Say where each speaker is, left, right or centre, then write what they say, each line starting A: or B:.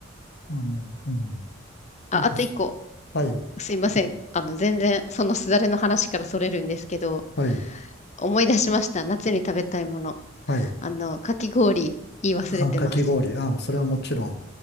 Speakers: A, on the left; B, on the left.
A: あの、うん。
B: あ、
A: なんかそ、
B: あと一個。
A: はい、
B: すいません。あの、全然、そのすだれの話からそれるんですけど、
A: はい。
B: 思い出しました。夏に食べたいもの。
A: はい。
B: あの、かき氷、言い忘れてます。
A: あ、かき氷。あ、それはもちろん。